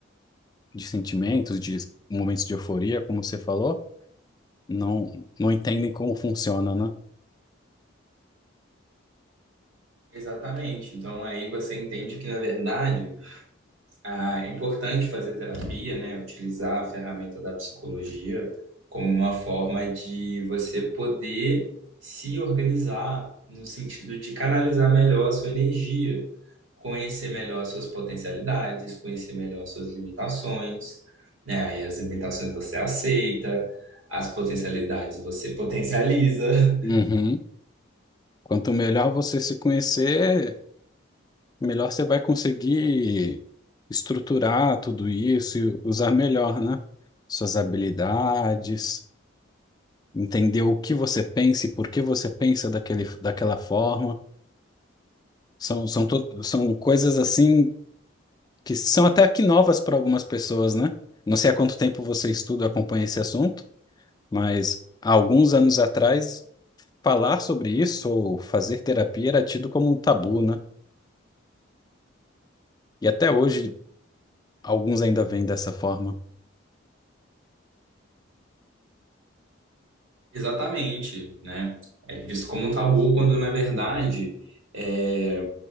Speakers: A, on the left; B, on the right.
A: de sentimentos, de momentos de euforia, como você falou, não, não entendem como funciona, né?
B: Exatamente. Então aí você entende que, na verdade, Ah, é importante fazer terapia, né? Utilizar a ferramenta da psicologia como uma forma de você poder se organizar no sentido de canalizar melhor a sua energia, conhecer melhor as suas potencialidades, conhecer melhor as suas limitações, né? Aí as limitações você aceita, as potencialidades você potencializa. <laughs>
A: Uhum. Quanto melhor você se conhecer, melhor você vai conseguir estruturar tudo isso e usar melhor, né? Suas habilidades, entender o que você pensa e por que você pensa daquele, daquela forma. São, são, to- são coisas assim que são até aqui novas para algumas pessoas, né? Não sei há quanto tempo você estuda, acompanha esse assunto, mas há alguns anos atrás, falar sobre isso ou fazer terapia era tido como um tabu, né? E até hoje, alguns ainda veem dessa forma.
B: Exatamente, né? É visto como um tabu quando, na verdade, é,